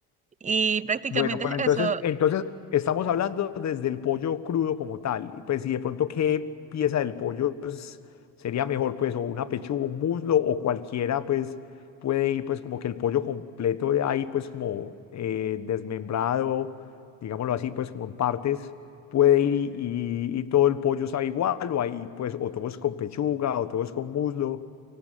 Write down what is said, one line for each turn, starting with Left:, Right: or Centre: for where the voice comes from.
Right: Y prácticamente
Left: Bueno, pero
Right: es
Left: entonces,
Right: eso,
Left: entonces estamos hablando desde el pollo crudo como tal. y Pues si de pronto qué pieza del pollo es- sería mejor, pues, o una pechuga, un muslo, o cualquiera, pues, puede ir, pues, como que el pollo completo de ahí, pues, como eh, desmembrado, digámoslo así, pues, como en partes, puede ir y, y- y todo el pollo sabe igual, o ahí, pues, o todo es con pechuga, o todo es con muslo.